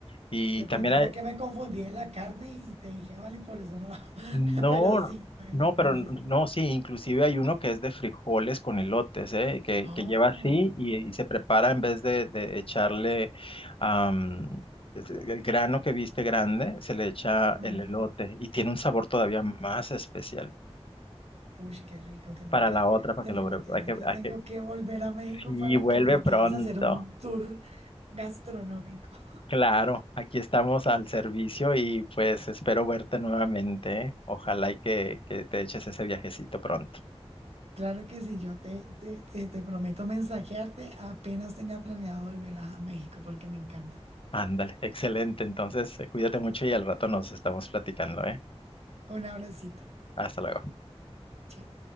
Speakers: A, on the left; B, on the right.
A: Y
B: De
A: también
B: pronto
A: hay,
B: fue que me confundí en la carne y te dije mal y por eso no. <laughs>
A: No,
B: Pero sí, puede
A: no,
B: ser,
A: pero
B: no
A: n-
B: sé.
A: no, sí, inclusive hay uno que es de frijoles con elotes, ¿eh? Que,
B: Oh.
A: que lleva así y, y se prepara en vez de, de echarle am, es- eh, el grano que viste grande, se le echa
B: Mm.
A: el elote y tiene un sabor todavía más especial.
B: Uy, qué rico, tengo
A: Para
B: que,
A: la otra, para
B: definitivamente
A: que lo... bre- Hay que, hay
B: tengo
A: que,
B: que volver a México
A: sí,
B: para
A: vuelve
B: que me
A: pronto.
B: lleves a hacer un tour gastronómico. <laughs>
A: Claro, aquí estamos al servicio y pues espero verte nuevamente, ¿eh? Ojalá y que, que te eches ese viajecito pronto.
B: Claro que sí, yo te, te, te, te prometo mensajearte apenas tenga planeado volver a México porque me encantó.
A: Ándale, excelente. Entonces, eh, cuídate mucho y al rato nos estamos platicando, ¿eh?
B: Un abracito.
A: Hasta luego.
B: Chao.